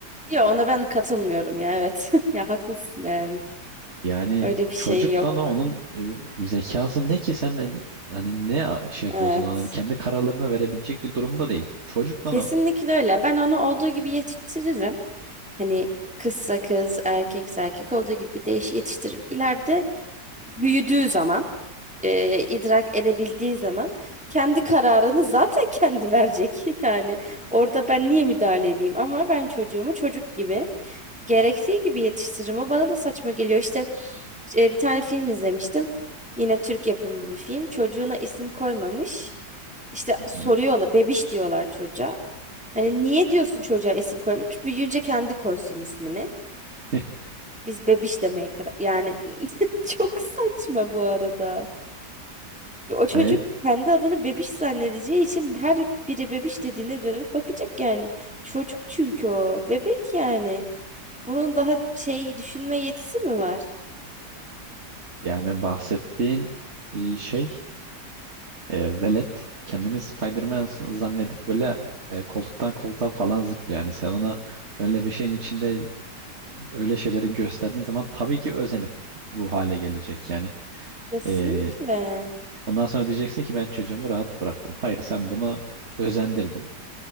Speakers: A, in the centre; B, on the right (about 40°).
A: Ya ona ben katılmıyorum ya evet. <laughs> Ya haklısın yani.
B: yani
A: Öyle bir şey
B: çocukla
A: yok.
B: ne onun e, zekası ne ki sen de hani ne a- şey yapıyorsun
A: Evet.
B: hani kendi kararlarını verebilecek bir durumda değil çocukla
A: Kesinlikle
B: o
A: öyle. Ben onu olduğu gibi yetiştiririm. Hani kızsa kız, erkekse erkek olduğu gibi değiş yetiştiririm. İleride büyüdüğü zaman, e, idrak edebildiği zaman kendi kararını zaten kendi verecek. <laughs> Yani orada ben niye müdahale edeyim? Ama ben çocuğumu çocuk gibi gerektiği gibi yetiştiririm. O bana da saçma geliyor. İşte e, bir tane film izlemiştim. Yine Türk yapımı bir film. Çocuğuna isim koymamış. İşte
B: Hı
A: soruyorlar,
B: hı.
A: bebiş diyorlar çocuğa. Hani niye diyorsun çocuğa isim koymamış? Büyüyünce kendi koysun ismini.
B: <laughs>
A: Biz bebiş demeye karar... Yani <laughs> çok saçma bu arada. O çocuk
B: Hani
A: kendi adını bebiş zannedeceği için her biri bebiş dediğinde dönüp bakacak yani. Çocuk çünkü o. Bebek yani. Onun daha şey düşünme yetisi mi var?
B: yani bahsettiğin e, şey e, velet kendini Spider-Man s- zannedip böyle e, koltuktan koltuğa falan zıplıyor. Yani sen ona öyle bir şeyin içinde öyle şeyleri gösterdiğin zaman tabii ki özenip bu hale gelecek. Yani
A: Kesinlikle.
B: e, ondan sonra diyeceksin ki ben çocuğumu rahat bıraktım. Hayır sen bunu özendirdin.